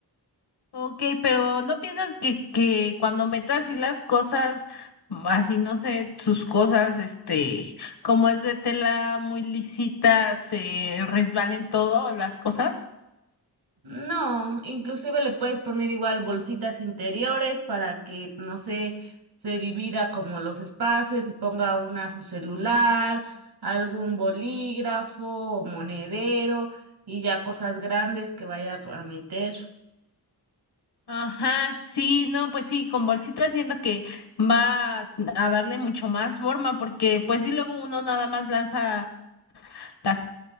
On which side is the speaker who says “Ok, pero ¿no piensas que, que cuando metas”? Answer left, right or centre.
Left